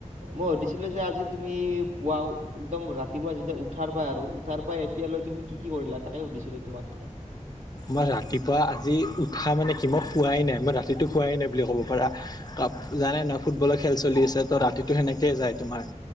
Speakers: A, on the right (about 70°); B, on the left (about 30°).
A: মই সুধিছিলোঁ যে আজি তুমি পুৱা একদম ৰাতিপুৱা যেতিয়া উঠাৰ পাই আৰু উঠাৰ পাই এতিয়ালৈ তুমি। কি কি কৰিলা তাকে সুধিছিলো তোমাক।
B: মই ৰাতিপুৱা আজি উৎসাহ মানে কি মই শোৱাই নাই মই ৰাতিটো শোৱাই নাই বুলি ক'ব পাৰা। জানে নহয় ফুটবলৰ খেল চলি আছে তো ৰাতিতটো সেনেকয়ে যায় তোমাৰ।